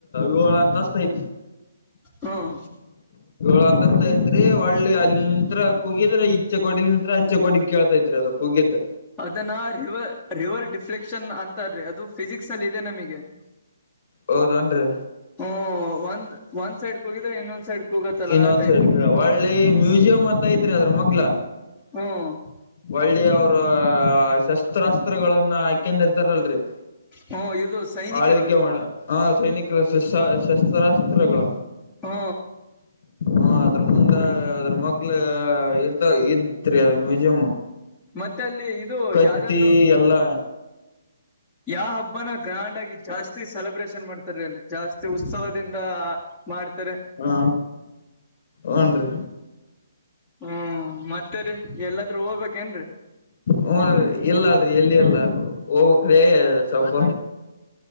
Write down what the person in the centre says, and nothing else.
ಹ್ಮ್
ಅದನ್ನ ರಿವ ರಿವರ್ ಡಿಫ್ಲೆಕ್ಷನ್ ಅಂತಾರೀ ಅದು ಫಿಸಿಕ್ಸ್ ನಲ್ಲಿ ಇದೆ ನಮಗೆ <inaudible>
ಹ ಒಂದ್ ಒಂದ್ ಸೈಡ್ ಕಗಿದ ಇನ್ನೊಂದ್ ಸೈಡ್ ಕೂಗತ್ತಲ್ಲ
ಆ ಟೈಪ್
ಹ್ಮ್
ಹ್ಮ್ ಇದು ಸೈನಿಕರು
ಹಾ
ಮತ್ತೆ ಅಲ್ಲಿ ಇದು
ಯಾವ್ದಾದ್ರು
ಯಾವ ಹಬ್ಬನ ಗ್ರ್ಯಾಂಡ್ ಆಗಿ ಜಾಸ್ತಿ ಸೆಲೆಬ್ರೇಷನ್ ಮಾಡ್ತಾರ ಅಲ್ಲಿ ಜಾಸ್ತಿ ಉತ್ಸವದಿಂದ ಮಾಡ್ತಾರೆ
ಹ್ಮ್ ಮತ್ತರಿ ಎಲ್ಲಾದೂ ಹೋಗ್ಬೇಕೇನ್ರರಿ